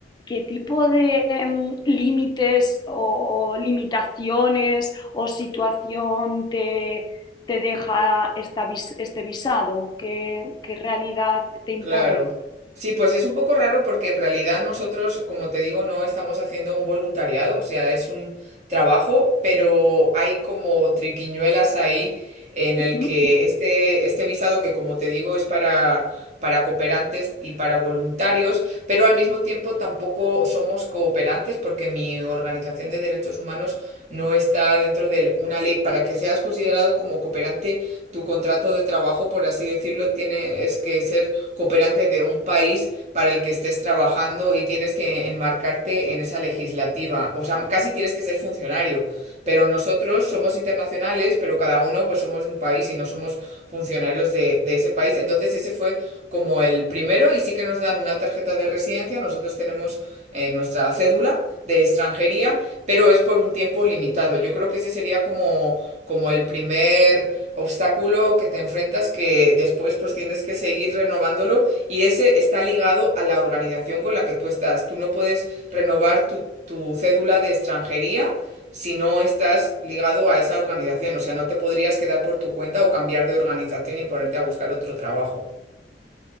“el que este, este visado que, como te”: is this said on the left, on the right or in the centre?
Right